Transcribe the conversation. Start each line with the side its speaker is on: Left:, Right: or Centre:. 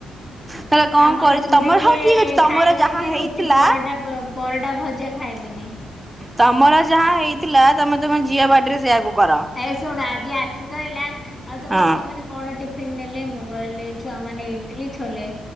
Right: ତାହେଲେ କଣ
Left: ଆମର
Right: କରିଛ
Left: ପୁରି
Right: ତମର
Left: କିଏ
Right: ହଉ ଠିକ ଅଛି ତମର
Left: ଖାଇବୁନିକି
Right: ଯାହା ହେଇଥିଲା
Left: ରୁଟି ପରଟା ର ପରଟା ଭଜା ଖାଇବୁନି।
Right: ତମର ଯାହା ହେଇଥିଲା ତମେ ତମ ଝିଅ ବାଡେରେ ସେଇଆକୁ କର
Left: ଏ ଶୁଣ ଆଜି ଆସି କହିଲା ଆଉ ତମ
Right: ହଁ
Left: ଛୁଆ ମାନେ କଣ ଟିଫିନ ନେଲେ? ମୁଁ କହିଲି ଛୁଆମାନେ ଇଟିଲି ଛୋଲେ।